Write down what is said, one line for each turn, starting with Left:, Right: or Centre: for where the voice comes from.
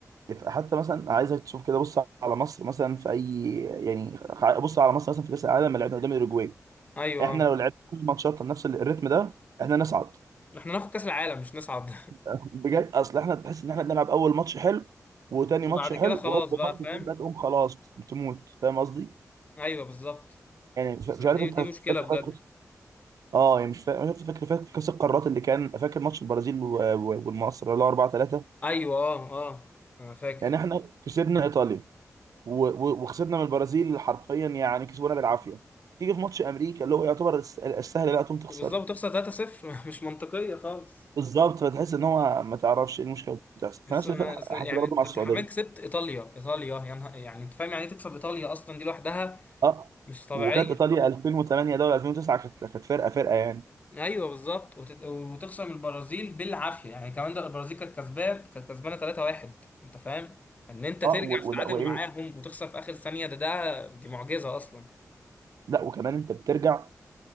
Right: يف- حتى مثلا عايزك تشوف كده بص على مصر مثلا في اي يعني خ- بص على مصر مثلا في كاس العالم اللي لعبنا قدام اوروجواي
Left: ايوه
Right: احنا لو لعبنا كل ماتشاتنا بنفس الريتم ده احنا نصعد
Left: احنا ناخد كاس العالم مش نصعد
Right: <laughs> بجد اصل احنا بتحس ان احنا بنلعب اول ماتش حلو وتاني
Left: <laughs> وبعد
Right: ماتش حلو
Left: كده خلاص
Right: وهوب
Left: بقى
Right: الماتش
Left: فاهم
Right: التالت ده تقوم خلاص بتموت فاهم قصدي؟
Left: ايوه بالظبط
Right: يعني مش مش عارف
Left: دي
Right: انت
Left: دي
Right: فاكر
Left: مشكله بجد
Right: فاكر اه يعني مش فاكر شفت فاكر فاكر كاس القارات اللي كان فاكر ماتش البرازيل و- و- والمصر اللي هو 4 3
Left: ايوه اه اه انا فاكر
Right: يعني احنا كسبنا ايطاليا و- و- وخسرنا من البرازيل حرفيا يعني كسبونا بالعافيه تيجي في ماتش امريكا اللي هو يعتبر الس- السهل لا تقوم تخسر
Left: بالظبط تخسر 3-0 <laughs> مش منطقيه خالص
Right: بالظبط فتحس ان هو ما تعرفش ايه المشكله اللي بتحصل فنفس
Left: بس أنا-
Right: الفرق
Left: أصل يعني
Right: حصل ده برضه
Left: انت
Right: مع السعوديه
Left: أنت حرفيا كسبت ايطاليا ايطاليا يا نهار يعني انت فاهم يعني إيه تكسب ايطاليا اصلا دي لوحدها
Right: اه
Left: مش طبيعيه
Right: وكانت ايطاليا 2008 ده ولا 2009 كانت كانت فرقه فرقه يعني
Left: ايوه بالظبط وت- وتخسر من البرازيل بالعافيه يعني كمان ده البرازيل كانت كسبان كانت كسبانه 3-1 انت فاهم ان انت ترجع
Right: اه و-
Left: تتعادل
Right: ولا وايه
Left: معاهم وتخسر في اخر ثانيه ده ده دي معجزه اصلا
Right: لا وكمان انت بترجع